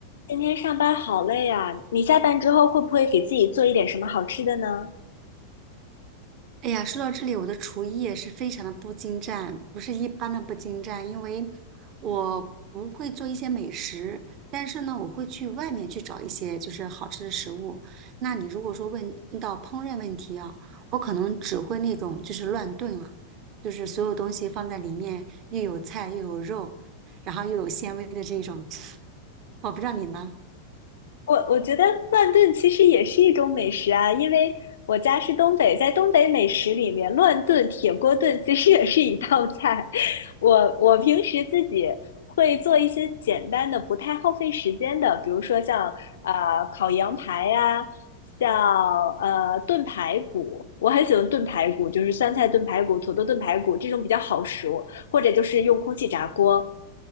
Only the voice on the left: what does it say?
今天上班好累啊，你下班之后会不会给自己做一点什么好吃的呢？
我我觉得乱炖其实也是一种美食啊，因为我家是东北，在东北美食里面，乱炖、铁锅炖其实也是一道菜。<laughs> 我我平时自己会做一些简单的、不太耗费时间的，比如说像呃烤羊排呀、像呃炖排骨，我很喜欢炖排骨，就是酸菜炖排骨、土豆炖排骨这种比较好熟，或者就是用空气炸锅。